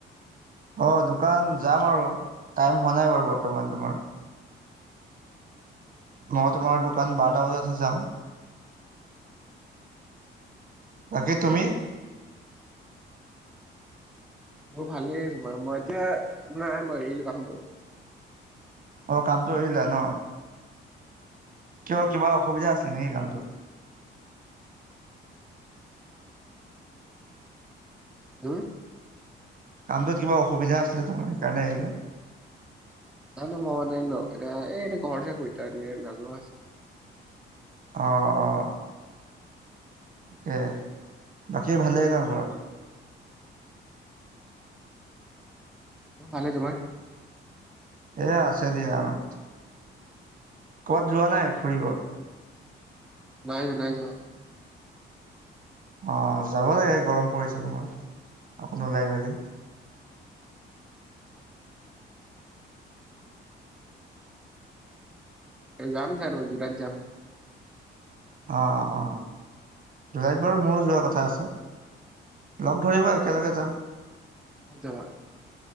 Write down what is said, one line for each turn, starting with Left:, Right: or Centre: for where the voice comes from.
Right: অঁ দোকান যাম আৰু টাইম হোৱা নাই বাৰু বৰ্তমান তোমাৰ। মই তোমাৰ দোকান বাৰটা বজাতহে যাও। বাকী তুমি।
Centre: মোৰ ভালেই তোমাৰ মই এতিয়া নাই মই এৰিলো কামটো।
Right: অঁ কামটো এৰিলা ন। কিয় কিবা অসুবিধা আছিল নেকি কামটোত।
Centre: হম।
Right: কামটোত কিবা অসুবিধা আছিলে তোমাৰ সেইকাৰণে এৰিলা।
Centre: <unintelligible> ন এতিয়া এই ঘৰতে থাকো এতিয়া <unintelligible>
Right: অঁ-অঁ। তাকে, বাকী ভালেই ন ঘৰত।
Centre: আমাৰ ভালে তোমাৰ।
Right: এ আছে দিয়া আমাৰ, ক'বাত যোৱা নাই ফুৰিব।
Centre: নাই যোৱা-নাই যোৱা।
Right: অঁ যাব লাগে গৰম পৰিছে নহয়, অকন ওলাই মেলি।
Centre: যাম চাগৈ জুলাইত যাম।
Right: অঁ-অঁ জুলাইত বাৰু মোৰো যোৱা কথা আছে। লগ ধৰিবা একেলগে যাম।
Centre: ক'ত যাবা?